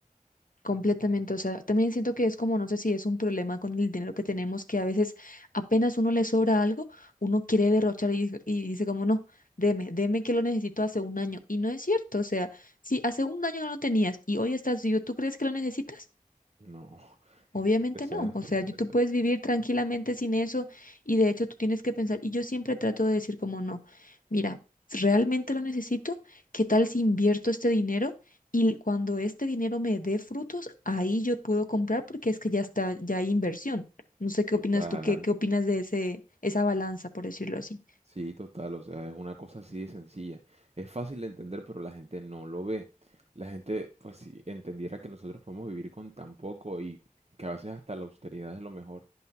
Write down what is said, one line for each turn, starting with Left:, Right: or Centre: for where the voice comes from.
Left: completamente. O sea, también siento que es como, no sé si es un problema con el dinero que tenemos, que a veces apenas uno le sobra algo, uno quiere derrochar y, dice- y dice como, no, deme, deme que lo necesito hace un año. Y no es cierto, o sea, si hace un año no lo tenías y hoy estás vivo, ¿tú crees que lo necesitas?
Right: No, <laughs> es
Left: Obviamente
Right: que es un desastre,
Left: no, o sea,
Right: es un
Left: yo-
Right: desastre.
Left: tú puedes vivir tranquilamente sin eso y de hecho tú tienes que pensar, y yo siempre trato de decir como no, mira, ¿realmente lo necesito? ¿Qué tal si invierto este dinero y cuando este dinero me dé frutos, ahí yo puedo comprar porque es que ya está, ya hay inversión. No sé qué
Right: Total,
Left: opinas tú, qué, qué opinas de ese, esa balanza, por decirlo así.
Right: sí, total, o sea, es una cosa así de sencilla. Es fácil de entender, pero la gente no lo ve. La gente, pues si entendiera que nosotros podemos vivir con tan poco y que a veces hasta la austeridad es lo mejor.